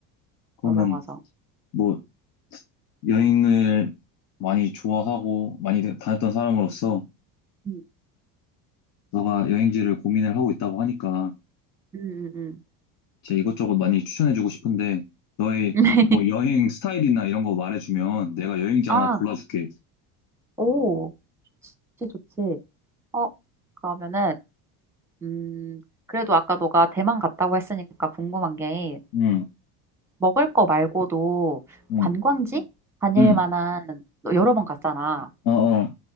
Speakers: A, on the left; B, in the centre.
A: 그러면
B: 맞아, 맞아.
A: 뭐 여행을 많이 좋아하고 많이 다녔던 사람으로서
B: 음,
A: 너가 여행지를 고민을 하고 있다고 하니까.
B: 음, 음,
A: 제 이것저것 많이 추천해주고 싶은데 너의
B: 음. <laughs>
A: 뭐 여행 스타일이나 이런 거 말해주면 내가 여행지
B: 아,
A: 하나 골라줄게.
B: 오, 좋지, 좋지. 어, 그러면은, 음, 그래도 아까 너가 대만 갔다고 했으니까 궁금한 게,
A: 응,
B: 먹을 거 말고도
A: 응,
B: 관광지? 다닐
A: 응.
B: 만한, 너 여러 번 갔잖아.
A: 어, 어.